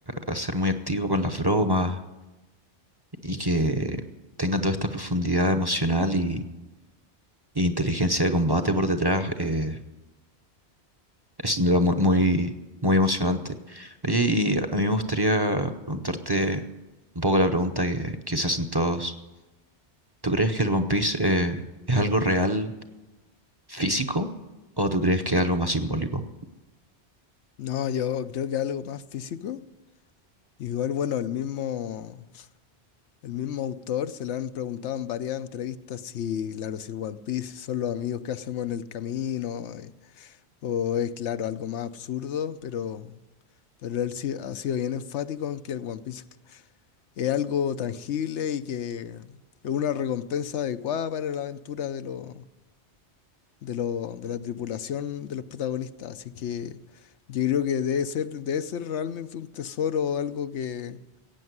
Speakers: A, on the right; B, on the left.
A: a, a ser muy activo con las bromas y que tenga toda esta profundidad emocional y, y inteligencia de combate por detrás, eh, es sin duda muy, muy, muy emocionante. Oye, y a mí me gustaría preguntarte un poco la pregunta que, que se hacen todos. ¿Tú crees que el One Piece eh, es algo real físico o tú crees que es algo más simbólico?
B: No, yo creo que algo más físico. Igual, bueno, el mismo, el mismo autor se le han preguntado en varias entrevistas si, claro, si el One Piece son los amigos que hacemos en el camino, eh, o es, claro, algo más absurdo, pero, pero él sí ha sido bien enfático en que el One Piece es algo tangible y que es una recompensa adecuada para la aventura de los, de, lo- de la tripulación de los protagonistas. Así que yo creo que debe ser, debe ser realmente un tesoro, algo que,